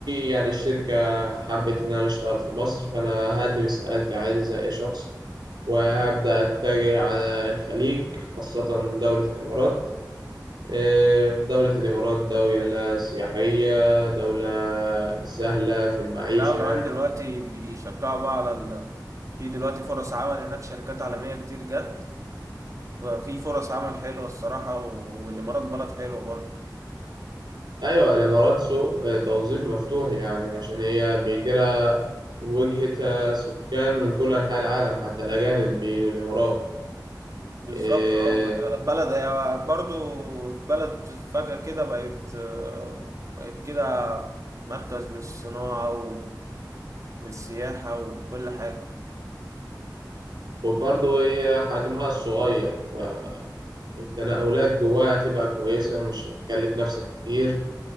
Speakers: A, on the right; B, on the right.
A: يعني الشركه حبت ان انا اشتغل في مصر فانا هقدم استقالتي عادي زي اي شخص وهبدا اتجه على الخليج خاصه دوله الامارات آه، دولة الإمارات دولة سياحية دولة سهلة في المعيشة
B: لا كمان دلوقتي بيشجعوا بقى على ال... في دلوقتي فرص عمل هناك شركات عالمية كتير جت ففي فرص عمل حلوة الصراحة والإمارات بلد حلوة برضه
A: أيوة الإمارات سوق آه، توظيف مفتوح يعني عشان هي بيجيلها وجهة سكان من كل أنحاء العالم حتى الأجانب بيجوا الإمارات
B: بالظبط
A: إيه،
B: اه بلد هي برضو بلد فجأة كده بقت آه، بقت كده مركز للصناعة و- والسياحة وكل حاجة
A: وبرضه هي حجمها الصغير فالتنقلات جواها تبقى كويسة مش هتكلف نفسك كتير